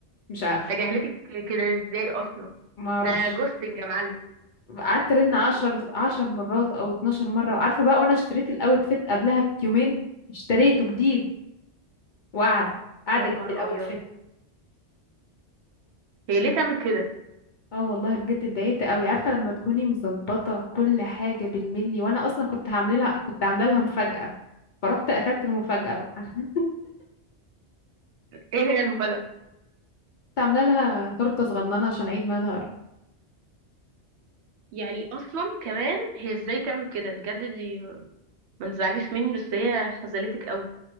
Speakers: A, on the left (about 60°); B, on the right (about 75°).
A: فمش عارف
B: تجاهلتك كده ازاي اصلا
A: ما اعرفش
B: ده جوستنج يا معلم
A: قعدت ارن عشر عشر مرات او اتناشر مره عارفه بقى وانا اشتريت الاوت فيت قبلها بيومين اشتريته جديد وقاعده قاعده
B: يا نهار
A: جنب الاوت
B: ابيض
A: فيت
B: هي ليه تعمل كده
A: اه والله بجد اتضايقت قوي عارفه لما تكوني مظبطه كل حاجه بالملي وانا اصلا كنت هعمل لها كنت عامله لها مفاجاه فرحت اكلت المفاجاه بقى عارفه
B: ايه هي المفاجأة
A: كنت عامله لها تورته صغننه عشان عيد ميلادها
B: يعني اصلا كمان هي ازاي تعمل كده بجد دي ما تزعليش مني بس هي خذلتك قوي